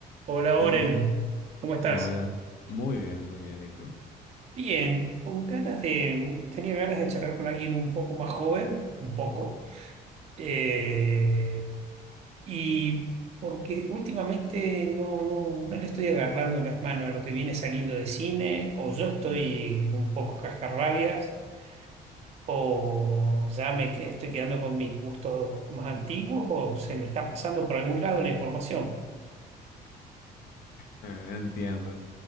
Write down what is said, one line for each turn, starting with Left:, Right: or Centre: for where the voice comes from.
Right: Hola
Left: Bien,
Right: Oren, ¿cómo estás?
Left: hola, muy bien, muy bien, ¿y tú?
Right: Bien, con ganas de, tenía ganas de charlar con alguien un poco más joven, un poco, eh, y porque últimamente no, no, no le estoy agarrando las manos a lo que viene saliendo de cine, o yo estoy un poco cascarrabias, o ya me que- estoy quedando con mis gustos más antiguos, o se me está pasando por algún lado la información.
Left: Eh, Entiendo.